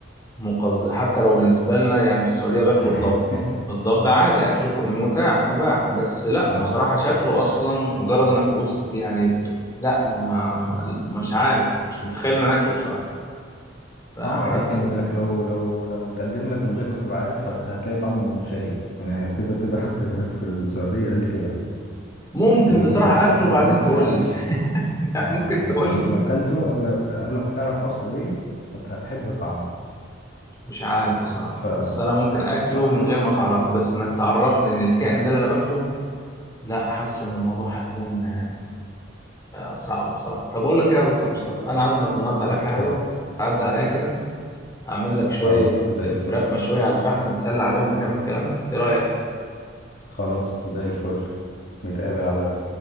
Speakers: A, on the left (about 20°); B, on the left (about 50°).
A: مقز... حتى لو بالنسبة لنا يعني في السعودية باكلوا
B: <laughs>
A: الضب الضب عادي أكله ك- متاح مباح بس لا
B: اه
A: بصراحة شكله أصلا مجرد إنك تبص يعني لا ما, ما, ما مش عارف مش متخيل إن أنا أكله بصراحة فحاسس
B: اه لكن
A: ال-
B: لك لو لو لو اتقدم لك من غير ما تبقى عارف هت- هتلاقي طعمه شهي يعني كذا كذا حد هناك في السعودية قال لي كده
A: ممكن
B: لو
A: بصراحة
B: انت اتحط
A: أكله بعدين
B: قدامك
A: تقول
B: كأكل
A: لي <laughs>
B: اه
A: ممكن
B: يعني
A: تقول
B: لو
A: لي
B: لو كلته قبل قبل ما تعرف اصله ايه هت- هتحب طعمه
A: مش عارف بصراحة
B: ف
A: بس أنا ممكن أكله
B: اه ف...
A: من غير ما تعرفني بس إنك تعرفني إن الكائن ده اللي أنا باكله لا حاسس إن الموضوع هيكون آه، صعب بصراحة طب أقول لك إيه يا دكتور مصطفى أنا عازمك النهاردة على
B: اتفضل
A: أكلة حلوة تعدي عليا كده أعمل لك شوية
B: خلاص زي الفل
A: فراخ مشوية على الفحم نتسلى عليهم ونكمل كلامنا إيه رأيك؟
B: خلاص زي الفل نتقابل على الغدا